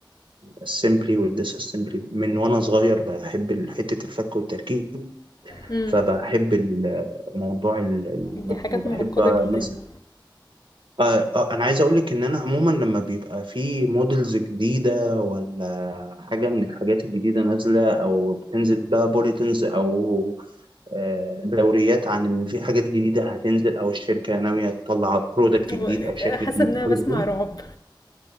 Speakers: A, on the right; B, on the left.
A: السمبلي والديس اسمبلي من وانا صغير بحب حته الفك والتركيب
B: امم
A: فبحب ال- موضوع ال- المكن
B: دي حاجات
A: وبحب
B: معقده جدا
A: مثلا آه، آه، انا عايز اقول لك ان انا عموما لما بيبقى في موديلز جديده ولا حاجه من الحاجات الجديده نازله او بتنزل بقى بوليتنز او آه، دوريات عن ان في حاجات جديده هتنزل او الشركه ناويه تطلع برودكت
B: هو
A: جديد او شكل
B: حاسة
A: جديد
B: إن أنا
A: او حاجه
B: بسمع
A: زي كده
B: رعب